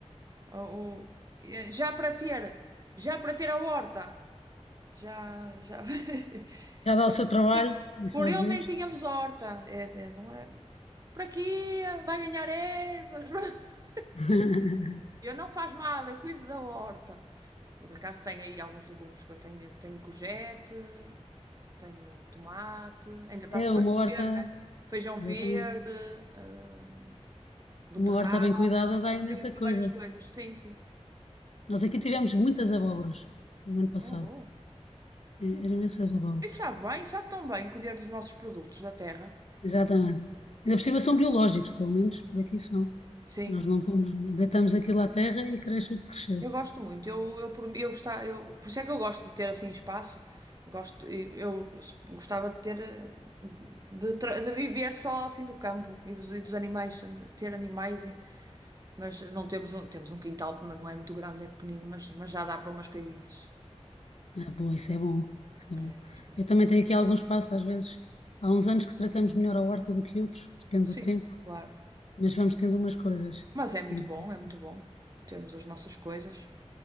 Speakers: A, on the right; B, on the left.
A: O, o- eh, já para ter, já para ter a horta. Já, já. <laughs>
B: Já dá
A: Por,
B: o seu trabalho, e sabe
A: por ele
B: Deus.
A: nem tínhamos horta. É, é, não é? Por aqui vai ganhar ervas. <laughs>
B: <laughs>
A: Eu não faz mal, eu cuido da horta. Eu por acaso tenho aí alguns legumes que eu tenho, tenho courgette, tenho tomate, ainda está
B: É
A: tudo
B: uma
A: a crescer,
B: horta,
A: né? Feijão
B: exatamente.
A: verde, eh, beterraba,
B: Uma horta bem cuidada dá imensa
A: tenho assim
B: coisa.
A: várias coisas. Sim, sim.
B: Nós aqui tivemos muitas abóboras no ano passado.
A: Oh, bom.
B: E- Eram imensas abóboras.
A: E sabe bem, sabe tão bem colher dos nossos produtos da terra.
B: Exatamente. Ainda por cima são biológicos, pelo menos por aqui são.
A: Sim.
B: Nós não pomos, deitamos aquilo à terra e cresce o que crescer.
A: Eu gosto muito, eu, eu, por- eu, gostava, eu, por isso é que eu gosto de ter assim espaço. Eu gosto, eu eu gostava de ter, eh, de, tra- de viver só assim do campo e dos, e dos animais, de ter animais, e- mas não temos, um- temos um quintal, mas não é muito grande, é pequenino, mas, mas já dá para umas coisinhas.
B: Ah, bom, isso é bom. Isso é
A: É,
B: bom.
A: gosto muito.
B: Eu também tenho aqui algum espaço, às vezes. Há uns anos que tratamos melhor a horta do que outros, depende
A: Sim,
B: do tempo,
A: claro.
B: mas vamos tendo umas coisas.
A: Mas é muito
B: E dá.
A: bom, é muito bom termos as nossas coisas.